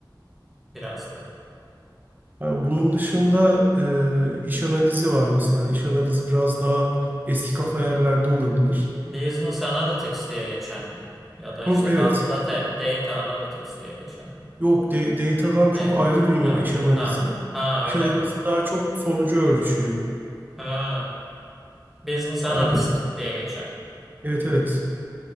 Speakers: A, in the centre; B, on the right.
A: biraz da.
B: Yani bunun dışında e, iş analizi var mesela. İş analizi biraz daha eski kafa yerlerde olabilir.
A: Business Analytics diye geçen mi? Ya da işte
B: Hı, evet.
A: dat- data, data Analytics diye geçen mi?
B: Yok, de, datadan çok
A: Data
B: ayrı
A: Analytics.
B: dünya
A: Ha,
B: iş analizi.
A: ha, ha öyle
B: İş analizi
A: mi?
B: daha çok sonucu ölçüyor.
A: Ha, Business Analyst
B: Yani
A: diye geçen.
B: evet evet